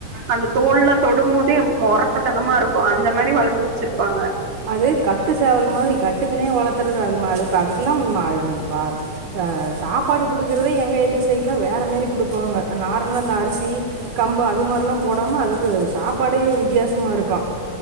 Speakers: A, on the right; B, on the right.
A: அந்த தோல் எல்லா தொடும்போதே முரட்டத்தனமா இருக்கும் அந்த மாதிரி வளர்த்துச்சிருப்பாங்க
B: அது கட்டு சேவல் மாரி கட் அதுக்குன்னே வளர்த்துறது அது மா அதுக்கு அதுக்கெல்லாம் பா சாப்பாடு குடுக்குறத எங்கள் ஏரியா சைடுல வேறு மாரி குடுப்பாங்க நார்மலா அந்த அரிசி கம்பு அது மாரி எல்லா போடாம அதுக்கு சாப்பாடே வித்தியாசமாக இருக்கும்